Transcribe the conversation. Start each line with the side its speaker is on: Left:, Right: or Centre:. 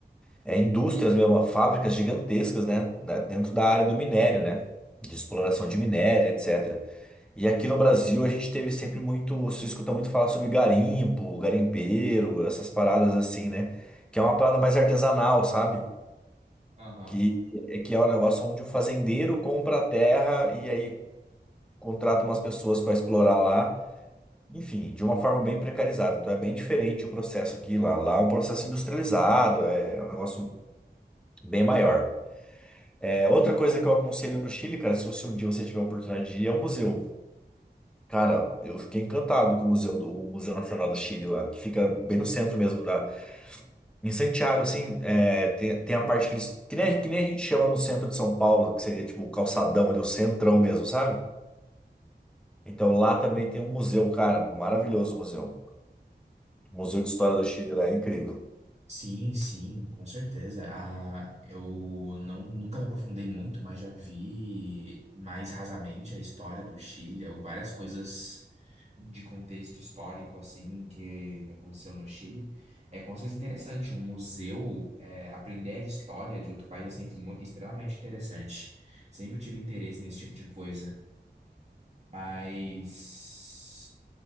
Centre: é, indústrias mesmo, fábricas gigantescas, né? da- Dentro da área do minério, né? De exploração de minério, etc. E aqui no Brasil a gente teve sempre muito, se escuta muito falar sobre garimpo, garimpeiro, essas paradas assim, né? Que é uma parada mais artesanal, sabe?
Right: Aham.
Centre: Que, é que é um negócio onde o fazendeiro compra a terra e aí contrata umas pessoas para explorar lá. Enfim, de uma forma bem precarizada. Então é bem diferente o processo aqui e lá. Lá é um processo industrializado, é um negócio bem maior. É, outra coisa que eu aconselho no Chile, cara, se você um dia você tiver a oportunidade de ir, é o museu. Cara, eu fiquei encantado com o museu, do, o Museu Nacional do Chile lá, que fica bem no centro mesmo da. Em Santiago, assim, é, tem, tem a parte que eles. Que nem, que nem a gente chama no centro de São Paulo, que seria tipo o calçadão ali, o centrão mesmo, sabe? Então lá também tem um museu, cara, maravilhoso o museu. O Museu de História do Chile lá é incrível.
Right: Sim, sim, com certeza. Ah, eu não, nunca me aprofundei muito, mas já vi mais rasamente a história do Chile, ou várias coisas de contexto histórico, assim, que aconteceu no Chile. É como se fosse interessante. Um museu, é, aprender a história de outro país é sempre mu- extremamente interessante. Sempre tive interesse nesse tipo de coisa. Mas.